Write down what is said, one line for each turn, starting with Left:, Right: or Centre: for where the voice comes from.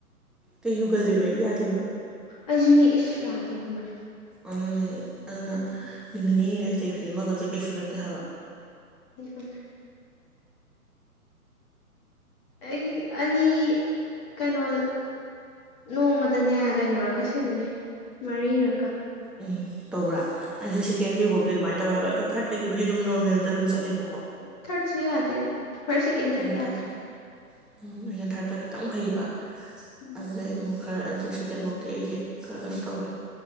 Centre: ꯀꯩꯌꯨꯒꯂꯦꯕꯩꯍꯤ ꯑꯕ
Left: ꯑꯩꯁꯨꯅꯦ ꯏꯁ ꯌꯥꯗꯦ ꯈꯪꯕ꯭ꯔꯥ
Centre: ꯑꯅꯅꯤ ꯑꯗꯨꯅ ꯅꯨꯃꯤꯠ ꯅꯤꯅꯤꯗ ꯁꯤꯗꯩ ꯐꯤ ꯑꯃꯈꯖꯤꯛ ꯑꯩꯁꯨꯅꯠꯇ ꯍꯕ
Left: ꯎꯝꯝ ꯑꯩꯗꯤ ꯑꯅꯤ ꯀꯩꯅꯣ ꯅꯣꯡꯃꯗꯅꯦ ꯀꯩꯅꯣꯔꯀ ꯁꯤꯝꯂꯦ ꯃꯔꯤꯔꯀ
Centre: ꯎꯝ ꯇꯧꯕ꯭ꯔꯥ ꯑꯩꯁꯨꯁꯤ ꯀꯦꯟꯗꯤ ꯕꯛꯇ ꯃꯥꯏ ꯇ ꯍ ꯍꯥꯏꯕꯦ ꯑꯗ ꯊꯥꯔꯠꯇꯒꯤꯕꯨꯗꯤ ꯑꯗꯨꯝ ꯅꯣꯔꯃꯦꯜꯗ ꯑꯗꯨꯝ ꯆꯠꯂꯦꯕ
Left: ꯊꯠꯁꯨ ꯌꯥꯗꯦ ꯐꯥꯔꯁ ꯁꯦꯀꯦꯟ
Centre: ꯎꯝ
Left: ꯊꯥꯔꯠ
Centre: ꯊꯔꯇ
Left: ꯌꯥꯗꯦ
Centre: ꯎꯝ ꯑ ꯊꯔꯇ ꯈꯤꯇꯪ ꯐꯩꯌꯦꯕ
Left: ꯎꯝ
Centre: ꯑꯗꯨꯗ ꯑꯗꯨꯃ ꯈ ꯑꯗꯨ ꯁꯦꯀꯦꯟꯐꯧꯛꯇꯤ ꯑꯩꯁꯦ ꯈꯔ ꯀꯩꯅꯣ ꯇꯧꯔꯦ